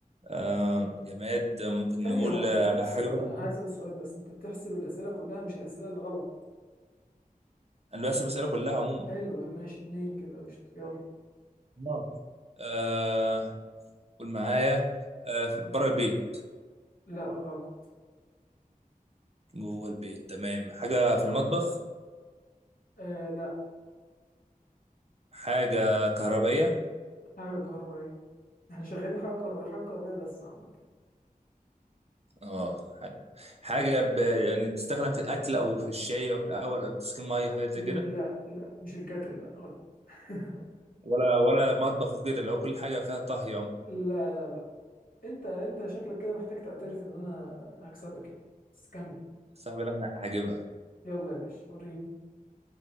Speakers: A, on the right (about 45°); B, on the left (about 75°).
A: آه جماد ممكن
B: ثانية
A: نقول
B: هو أنت
A: آه،
B: بتحسب
A: حاجة بره
B: أنا عايز أسأل سؤال بس أنت بتحسب الأسئلة كلها مش الأسئلة اللي غلط
A: أنا بس بسأله كلها عموما
B: حلو ماشي اتنين كده قشطة يلا
A: آه آه، قول معايا آه في- بره البيت
B: لا غلط
A: جوه البيت تمام حاجة في المطبخ
B: آه لا
A: حاجة كهربائية
B: حاجة كهربائية احنا شغالين حاجة كهربائية حاجة كهربائية بس عامة
A: اه حاجة حاجة ب... يعني بتستخدم في الأكل أو في الشاي أو في القهوة أو تسخين مية حاجات زي
B: لا
A: كده
B: لا مش الكاتل لا غلط <laughs>
A: ولا ولا مطبخ وكده لو كل حاجة فيها طهي عموما
B: لا لا لا أنت أنت شكلك كده محتاج تعترف إن أنا هكسبك يعني بس كمل
A: صعب اللي أنا هجيبها
B: يلا يا باشا وريني